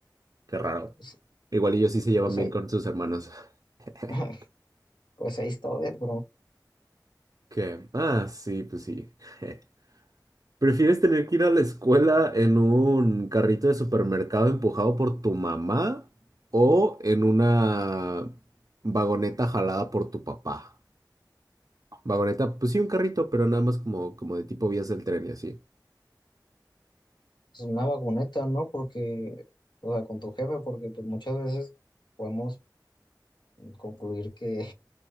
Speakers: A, on the right; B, on the left.
A: Qué raro.
B: pues,
A: Igual ellos sí se llevan
B: pues
A: bien
B: ahí,
A: con sus hermanos. <laughs>
B: <laughs> pues ahí está Odette, bro.
A: ¿Qué? Ah, sí, pues sí. <laughs> ¿Prefieres tener que ir a la escuela en un carrito de supermercado empujado por tu mamá o en una vagoneta jalada por tu papá? Vagoneta, pues sí, un carrito, pero nada más como, como de tipo vías del tren y así.
B: Es una vagoneta, ¿no? Porque, o sea, con tu jefe, porque pues muchas veces podemos concluir que